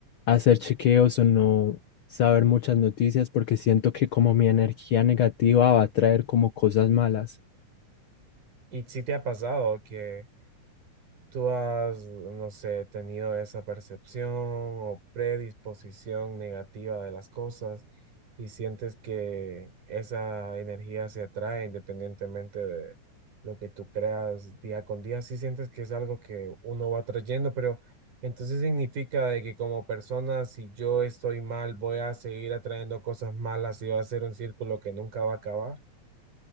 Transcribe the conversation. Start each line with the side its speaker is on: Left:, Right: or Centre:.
Left: hacer chequeos o no saber muchas noticias porque siento que como mi energía negativa va a traer como cosas malas.
Right: ¿Y si te ha pasado que ¿Tú has, no sé, tenido esa percepción o predisposición negativa de las cosas y sientes que esa energía se atrae independientemente de lo que tú creas día con día? Sí sientes que es algo que uno va trayendo, pero entonces significa de que como persona, si yo estoy mal, voy a seguir atrayendo cosas malas y va a ser un círculo que nunca va a acabar.